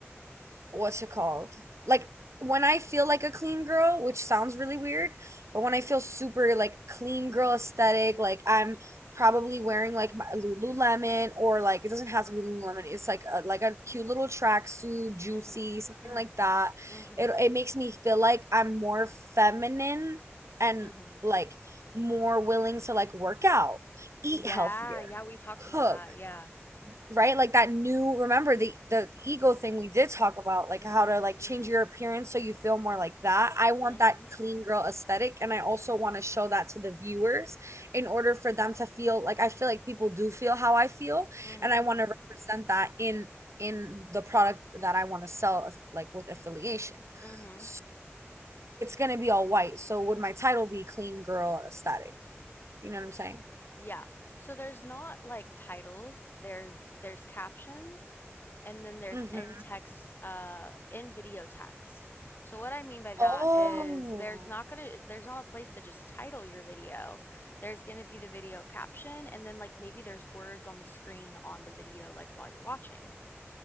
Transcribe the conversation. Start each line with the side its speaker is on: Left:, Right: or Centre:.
Right: what's it called? Like when I feel like a clean girl, which sounds really weird, but when I feel super like clean girl aesthetic, like I'm probably wearing like my Lululemon or like it doesn't have to be Lululemon. It's like a, like a cute little tracksuit, juicy,
Left: mm-hmm,
Right: something
Left: mm-hmm,
Right: like that.
Left: mm-hmm,
Right: It it makes me feel like I'm more feminine and
Left: mm-hmm.
Right: like more willing to like work out, eat
Left: Yeah,
Right: healthier,
Left: yeah, we talked about
Right: cook
Left: that. Yeah.
Right: right like that new remember the the ego thing we did talk about like
Left: Mm-hmm,
Right: how to like change your appearance so you feel more like that i want
Left: mm-hmm,
Right: that clean girl aesthetic and i also want to show that to the viewers in order for them to feel like i feel like people do feel how i feel
Left: mm-hmm,
Right: and i want to represent that in in the product that i want to sell like with affiliation
Left: mm-hmm.
Right: so it's going to be all white so would my title be clean girl aesthetic you know what i'm saying
Left: Yeah. So there's not like titles, there's there's captions, and then there's
Right: hmm
Left: in text uh in video text. So what I mean by that
Right: oh
Left: is there's not gonna is there's not a place to just title your video. There's gonna be the video caption and then like maybe there's words on the screen on the video like while you're watching.